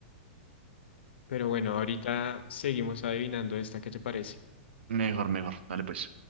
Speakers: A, on the left (about 75°); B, on the right (about 80°).
A: Pero bueno, ahorita seguimos adivinando esta. ¿Qué te parece?
B: Mejor, mejor. Dale pues.